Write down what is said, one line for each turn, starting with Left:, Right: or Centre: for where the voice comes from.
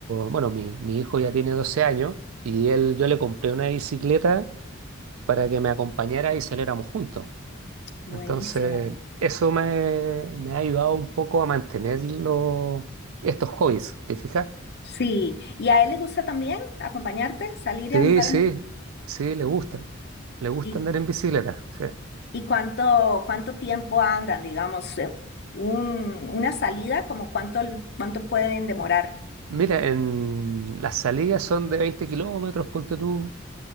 Right: bueno, mi, mi hijo ya tiene 12 años y él, yo le compré una bicicleta para que me acompañara y saliéramos juntos.
Left: buenísimo.
Right: Entonces, eso me, me ha ayudado un poco a mantener lo- estos hobbies, ¿te fijas?
Left: Sí, ¿y a él le gusta también acompañarte, salir y
Right: Sí,
Left: andar?
Right: sí,
Left: en-
Right: sí, le gusta. Le gusta
Left: ¿Y,
Right: andar en bicicleta. sí.
Left: y cuánto, cuánto tiempo andan, digamos, eh, un- una salida, como cuánto, cuánto pueden demorar?
Right: Mira, en las salidas son de 20 kilómetros, ponte tú.